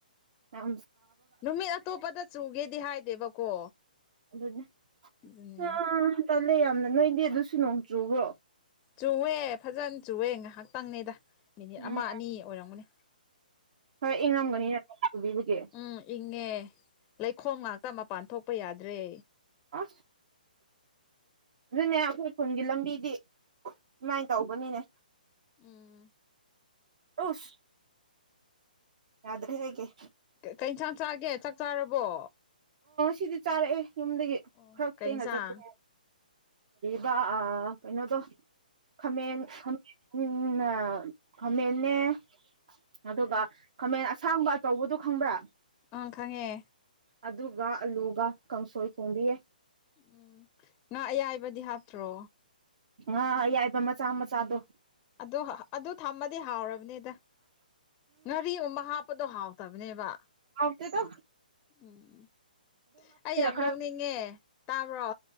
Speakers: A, on the right (about 55°); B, on the left (about 25°).
A: ꯑ
B: ꯅꯨꯃꯤꯠ ꯑꯇꯣꯞꯄꯗ ꯆꯨꯒꯦꯗꯤ ꯍꯥꯏꯗꯦꯕꯀꯣ
A: ꯑꯗꯨꯅꯦ
B: ꯑꯗꯨꯅꯦ
A: ꯑꯥ ꯇꯜꯂꯦ ꯌꯥꯝꯅ ꯅꯣꯏꯗꯤ ꯑꯗꯨꯁꯨ ꯅꯣꯡꯇ꯭ꯔꯨꯕ꯭ꯔꯣ
B: ꯆꯨꯋꯦ ꯐꯖꯅ ꯆꯨꯑꯦ ꯉꯥꯏꯍꯥꯛꯇꯪꯅꯦꯗ ꯃꯤꯅꯤꯠ
A: ꯎꯝ
B: ꯑꯃ ꯑꯅꯤ ꯑꯣꯏꯔꯝꯒꯅꯦ
A: ꯈꯔ ꯏꯪꯉꯝꯒꯅꯤꯅ ꯆꯨꯕꯤꯕꯒꯤ
B: ꯎꯝ ꯏꯪꯉꯦ ꯂꯩꯈꯣꯝ ꯉꯥꯛꯇ ꯃꯄꯥꯟ ꯊꯣꯛ ꯇꯞꯄ ꯌꯥꯗ꯭ꯔꯦ
A: ꯑ ꯑꯗꯨꯅꯦ ꯑꯩꯈꯣꯏ ꯈꯨꯟꯒꯤ ꯂꯝꯕꯤꯗꯤ ꯁꯨꯃꯥꯏꯅ ꯇꯧꯕꯅꯤꯅꯦ
B: ꯎꯝ
A: ꯑꯣꯁ ꯌꯥ꯭ꯔꯦ ꯍꯦꯦ
B: ꯀꯩ ꯏꯟꯁꯥꯡ ꯆꯥꯒꯦ ꯆꯥꯛ ꯆꯥꯔꯕꯣ
A: ꯁꯤꯗꯤ ꯆꯥꯔꯛꯑꯦ ꯌꯨꯝꯗꯒꯤ
B: ꯑꯣ
A: ꯈꯔ ꯊꯦꯡꯅ
B: ꯀꯩ ꯏꯟꯁꯥꯡ
A: ꯆꯠꯄꯅꯦ ꯀ ꯀꯩꯅꯣꯗꯣ ꯈꯥꯃꯦꯟ ꯎꯝ ꯈꯃꯅꯦꯦ ꯑꯗꯨꯒ ꯈꯥꯃꯦꯟ ꯑꯁꯥꯡꯕ ꯑꯆꯧꯕꯗꯨꯣ ꯈꯪꯕ꯭ꯔꯥ
B: ꯑꯪ ꯈꯪꯉꯦ
A: ꯑꯗꯨꯒ ꯑꯂꯨꯒ ꯀꯥꯡꯁꯣꯏ ꯊꯣꯡꯕꯤꯌꯦ
B: ꯎꯝ ꯉꯥ ꯑꯌꯥꯏꯕꯗꯤ ꯍꯥꯞꯇ꯭ꯔꯣ
A: ꯑ ꯌꯥꯏꯕ ꯃꯆꯥ ꯃꯆꯥꯗꯣ
B: ꯑꯗꯨ ꯑꯗꯨ ꯊꯝꯕꯗꯤ ꯍꯥꯎꯔꯕꯅꯤꯗ ꯉꯥꯔꯤꯒꯨꯝꯕ ꯍꯥꯞꯄꯗꯣ ꯍꯥꯎꯇꯕꯅꯦꯕ
A: ꯍꯥꯎ ꯆꯗꯣ
B: ꯎꯝ ꯎ ꯑꯩ ꯌꯥꯝ
A: ꯈꯔ
B: ꯅꯣꯛꯅꯤꯡꯉꯦ ꯇꯥꯕ꯭ꯔꯣ